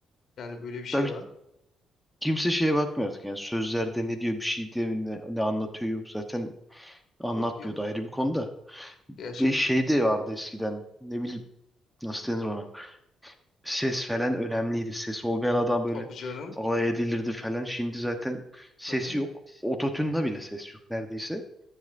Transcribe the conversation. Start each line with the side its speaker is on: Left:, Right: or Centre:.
Left: Yani böyle bir şey
Centre: Tabii
Left: var.
Centre: kimse şeye bakmıyor artık yani sözlerde ne diyor bir şey diye ne, ne anlatıyor yok zaten anlatmıyordu
Left: Yok yok
Centre: ayrı bir konuda.
Left: gerçekten.
Centre: Ve şey de vardı eskiden. Ne bileyim nasıl denir ona. Ses falan önemliydi. Ses olmayan adam böyle
Left: Tabii canım.
Centre: alay edilirdi falan. Şimdi zaten sesi
Left: Tabii.
Centre: yok. Ototune'da bile ses yok neredeyse.